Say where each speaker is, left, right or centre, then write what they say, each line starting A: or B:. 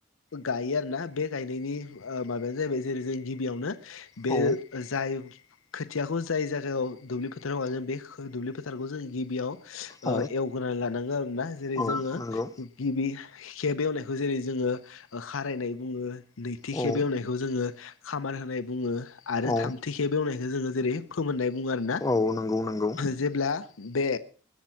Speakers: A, on the left (about 75°); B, on the left (about 15°).
A: गायो आरोना बे गायनायनि ओ माबायानो जाहैबाय जेरै जों गिबियावनो बे
B: औ
A: जाय खोथियाखौ जाय जागायाव दुब्लि फोथाराव गायगोन बे दुब्लि फोथारखौ जों गिबियाव ओ
B: औ
A: एवग्रोनानै लानांगौ आरोना जेरै
B: औ
A: जोङो
B: नंगौ
A: गिबि खेब एवनायखौ जेरै जोङो खारायनाय बुङो नैथि खेब
B: औ
A: एवनायखौ जोङो खामार होनाय बुङो आरो
B: औ
A: थामथि खेब एवनायखौ जोङो जेरै फोमोननाय बुङो आरोना
B: औ नंगौ नंगौ
A: जेब्ला बे